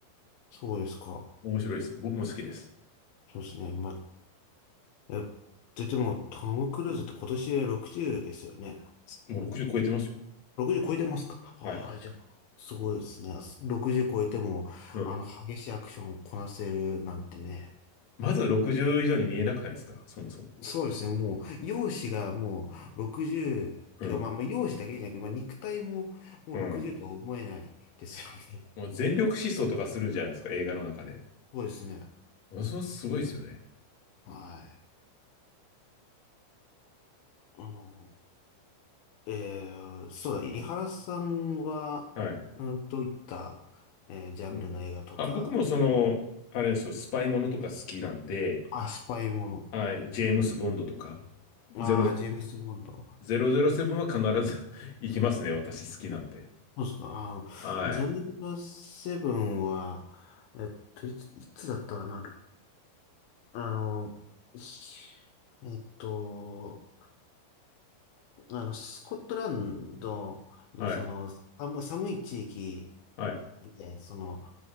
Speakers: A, on the left (about 80°); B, on the left (about 45°).
A: そうですか。
B: 面白いです。僕も好きです。
A: そうですね。まあ、え、で、でも、トム・クルーズって今年で60ですよね。
B: もう60超えてますよ。
A: 60超えてますかああじゃあ、
B: はい。
A: すごいですね。60超えても、
B: うん。
A: あの、激しいアクションをこなせるなんてね。
B: まず60以上に見えなくないですかそもそも。
A: そうですね。もう、容姿がもう60、
B: うん。
A: てか、まあ、まあ、容姿だけじゃなくて、まあ、肉体ももう60とは思えないですよね。
B: うん。もう全力疾走とかするじゃないですか、映画の中で。
A: そうですね。
B: ものすごいすごいですよね。
A: はい。あの、えー、そうだ、井原さんは、
B: うん。はい。
A: うんどういった、えージャンルの映画とかに、
B: うん。あ、僕もその、あれですよ、スパイものとか好きなんで、
A: あ、スパイもの。
B: はい、ジェームス・ボンドとか、
A: ああ、
B: ゼロ
A: ジェームス・ボンド。
B: 007は必ず <laughs> 行きますね、私好きなんで。
A: そうですか。あの、
B: はい。
A: ゼロセブンは、えっと、いつ、いつだったかな。あの、しえっと、あの、スコットランドのその、
B: はい、
A: 寒寒い地域
B: はい、
A: で、その、